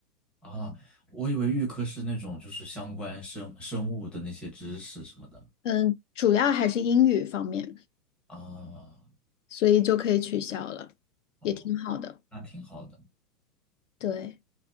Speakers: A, in the centre; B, on the left.
A: 啊？我以为预科是那种就是相关生生物的那些知识什么的
B: 嗯，主要还是英语方面，
A: 啊，
B: 所以就可以取消了，
A: 哦，
B: 也挺好的。
A: 那挺好的。
B: 对，